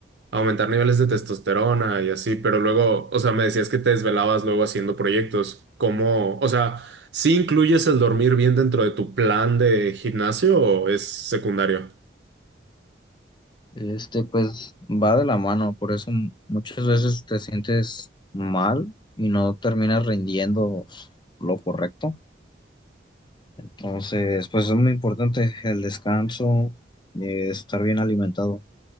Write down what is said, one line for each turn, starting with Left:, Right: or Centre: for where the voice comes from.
Right: aumentar niveles de testosterona y así, pero luego, o sea, me decías que te desvelabas luego haciendo proyectos, ¿cómo, o sea, sí incluyes el dormir bien dentro de tu plan de gimnasio o es secundario?
Left: Este, pues va de la mano, por eso m- muchas veces te sientes mal y no terminas rindiendo lo correcto. Entonces, pues es muy importante el descanso, eh, estar bien alimentado.